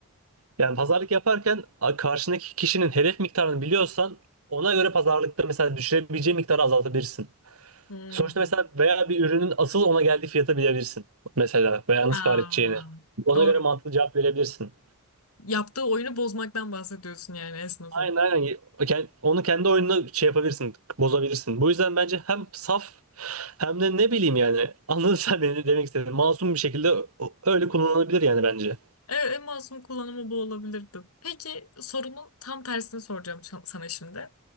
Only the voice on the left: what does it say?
Hmm.
Aa,
doğru.
Yaptığı oyunu bozmaktan bahsediyorsun yani esnafın.
Evet, en masum kullanımı bu olabilirdi. Peki sorunun tam tersini soracağım şa- sana şimdi.